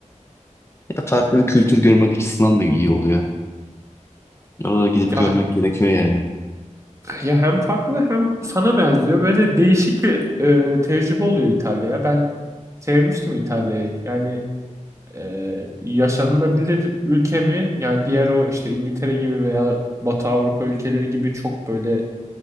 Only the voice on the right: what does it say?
Ya
ya hem farklı hem sana benziyor. Böyle değişik bir e, tecrübe oluyor İtalya'ya. Ben sevmiştim İtalya'yı. Yani e, yaşanılabilir ülke mi? Yani diğer o işte İngiltere gibi veya Batı Avrupa ülkeleri gibi çok böyle